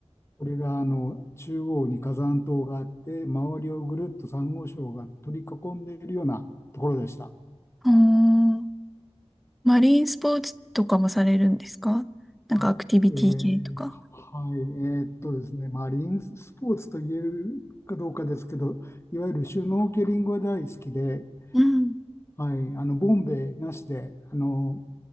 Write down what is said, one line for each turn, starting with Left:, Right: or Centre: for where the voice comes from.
Left: これがあの中央に火山島があって、周りをぐるっとサンゴ礁が取り囲んでいるようなところでした。
Centre: あーマリンスポーツとかもされるんですかなんかアクティビティ系とか。
Left: あえーはい、えーっとですね、マリンスポーツと言えるかどうかですけど、いわゆるシュノーケリングは大好きで、
Centre: うん。
Left: はい、あのボンベなしであの